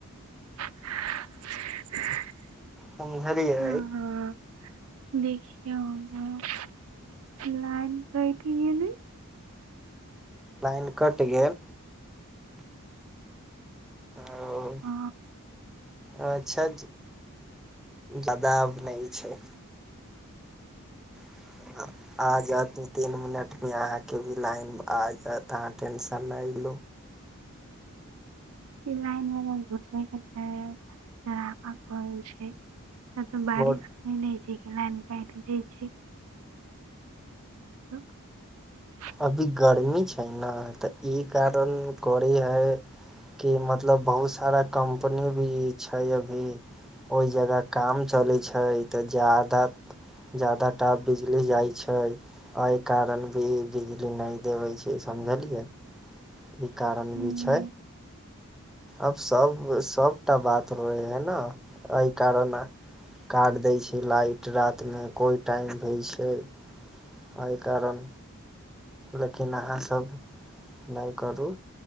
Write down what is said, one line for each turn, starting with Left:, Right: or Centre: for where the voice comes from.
Right: <unintelligible>
Centre: समझलियै
Right: हाँ हाँ देखियौ ह लाइन कटि गैलै
Centre: लाइन कट गेल ओ
Right: आ
Centre: अच्छा जादा नहि छै <unintelligible> आ जायत दू तीन मिनट मे अहाँके भी लाइन आ जायत अहाँ टेंशन नहि लु
Right: लाइन मे झूल कर ज हो छै नहि तऽ बारिश
Centre: बहुत
Right: की नहि छै क <unintelligible>
Centre: अभी गर्मी छै ने तऽ ई कारण करै है कि मतलब बहुत सारा कम्पनी भी छै अभी ओहि जगह काम चलैत छै तऽ जादा जादा टा बिजली जाय छै एहि कारण भी बिजली नहि देबै छै समझलियै ई कारण
Right: हूँ
Centre: भी छै अब सब सबटा बात रहै है ने एहि कारना काट दै छै लाइट रातमे कोई टाइम दइ छै एहि कारण लेकिन अहाँ सब नहि करू